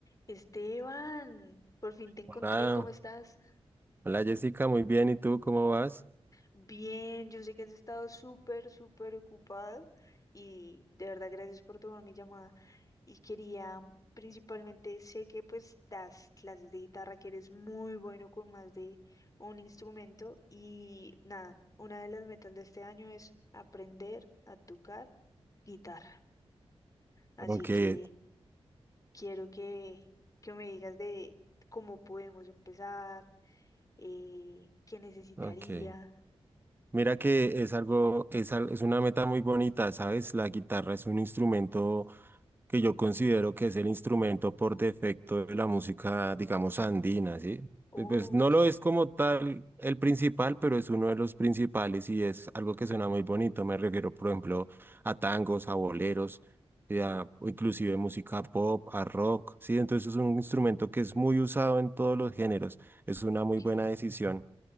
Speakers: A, on the left (about 35°); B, on the right (about 20°).
A: Esteban, por fin te encontré,
B: Ah,
A: ¿cómo estás?
B: hola Jessica, muy bien. ¿Y tú cómo vas?
A: Bien, yo sé que has estado súper, súper ocupado y de verdad gracias por tomar mi llamada. Y quería, principalmente, sé que pues das clases de guitarra, que eres muy bueno con más de un instrumento y nada, una de las metas de este año es aprender a tocar guitarra. Así
B: Aunque,
A: que quiero que, que me digas de cómo podemos empezar eh, qué necesitaría.
B: aunque, mira que es algo, es, al- es una meta muy bonita, ¿sabes? La guitarra es un instrumento que yo considero que es el instrumento por defecto de la música, digamos, andina, ¿sí?
A: Oh,
B: Pues pues, no
A: ok.
B: lo es como tal el principal, pero es uno de los principales y es algo que suena muy bonito. Me refiero, por ejemplo, a tangos, a boleros, y a- o inclusive
A: ujú,
B: música pop, a rock, ¿sí? Entonces es un instrumento que es muy usado en todos los géneros. Es una muy
A: ok.
B: buena decisión.